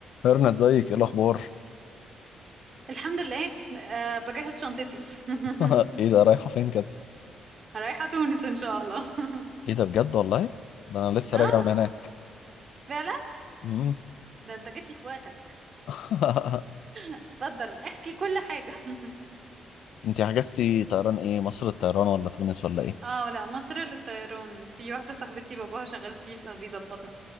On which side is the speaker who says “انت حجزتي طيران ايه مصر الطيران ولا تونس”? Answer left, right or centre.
Left